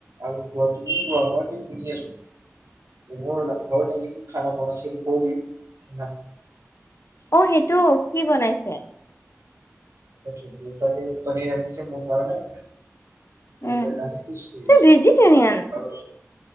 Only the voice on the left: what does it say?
অহ', সেইটো কি বনাইছে?
উম
তই ভেজিটেৰিয়ান